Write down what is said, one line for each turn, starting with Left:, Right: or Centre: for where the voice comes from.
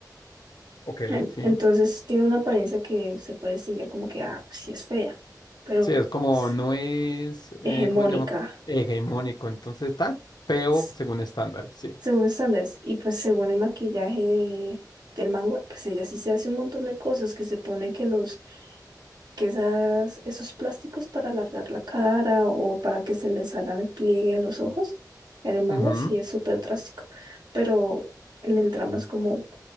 Left: ok,
Right: en-
Left: sí.
Right: Entonces tiene una apariencia que se puede distinguir como que, ah, pues sí es fea, pero
Left: Sí, es como,
Right: es
Left: no es,
Right: hegemónica,
Left: eh, ¿cómo se llama? Hegemónico, entonces está feo
Right: s-
Left: según estándar, sí.
Right: según estándares. Y pues según el maquillaje de- del manga, pues ella sí se hace un montón de cosas, que se pone que los que esas, esos plásticos para alargar la cara o para que se les hagan el pliegue de los ojos, en el mango
Left: Ujú.
Right: sí es súper drástico, pero en el drama es como,